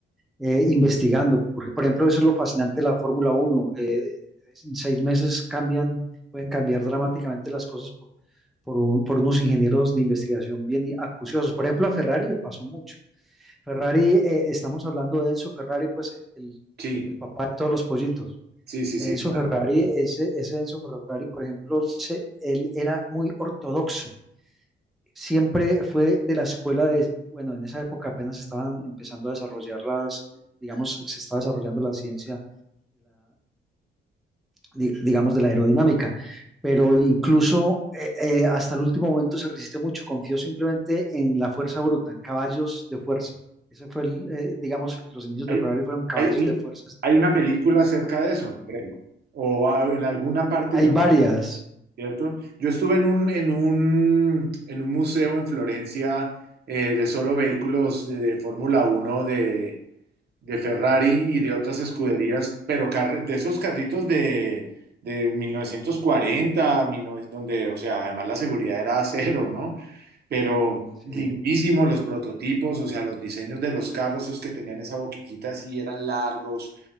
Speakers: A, in the centre; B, on the right.
A: eh, investigando, porque por ejemplo eso es lo fascinante de la Fórmula Uno. eh, en seis meses cambian, pueden cambiar dramáticamente las cosas por, un- por unos ingenieros de investigación bien y- acuciosos. Por ejemplo, a Ferrari le pasó mucho. Ferrari, eh, estamos hablando de Enzo Ferrari, pues el, el-
B: Sí,
A: el papá de todos los pollitos.
B: sí, sí,
A: Enzo
B: sí, claro.
A: Ferrari, ese, ese Enzo Ferrari, por ejemplo, se- él era muy ortodoxo. Siempre fue de la escuela de, bueno, en esa época apenas estaban empezando a desarrollar las, digamos, se estaba desarrollando la ciencia di- digamos, de la aerodinámica. Pero incluso eh, eh, hasta el último momento se resistió mucho. Confió simplemente en la fuerza bruta, en caballos de fuerza. Ese fue el, eh, digamos, los inicios
B: Hay,
A: de Ferrari fueron caballos
B: hay,
A: de fuerza. sin
B: hay
A: importar
B: una película
A: qué.
B: acerca de eso, creo, o ah, en alguna parte
A: Hay
B: yo
A: varias.
B: ¿cierto? Yo estuve en un, en un, en un museo en Florencia eh, de solo vehículos eh, de Fórmula Uno de, de Ferrari y de otras escuderías, pero carr- de esos carritos de, de 1940, 19 donde, o sea, además la seguridad era cero, ¿no? Pero
A: Sí,
B: lindísimo los prototipos, o sea, los diseños de los carros, esos que tenían esa boquillita así eran largos,